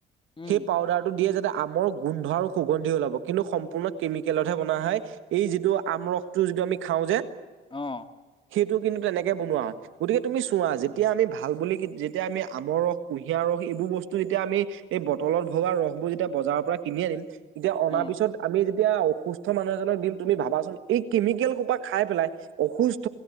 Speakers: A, on the left; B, on the right.
A: উম
B: সেই পাউদাৰ সেইটো দিয়ে যাতে আমৰ গোন্ধ আৰু সুগন্ধি ওলাব, কিন্তু সম্পূৰ্ণ কেমিকেলতহে বনোৱা হয়। এই যিটো আম ৰসটো যিটো আমি খাওঁ যে
A: অ'।
B: সেইটো কিন্তু তেনেকে বনোৱা হয়। গতিকে তুমি চোৱা যিতো তেতিয়া আমি ভাল বুলি কি যেতিয়া আমি আমৰ ৰস, কুঁহিয়াৰ ৰস এইবোৰ বস্তু যেতিয়া আমি এই ব তলত ভগা ৰসবোৰ যেতিয়া বজাৰৰ পৰা কিনি আনিম, তেতিয়া অনা
A: অ
B: পিছত আমি যেতিয়া অসুস্থ অসুস্থ মানুহ এজনক দিম, তুমি ভাবাচোন এই কেমিকেল সোপা খাই পেলাই অসুস্থ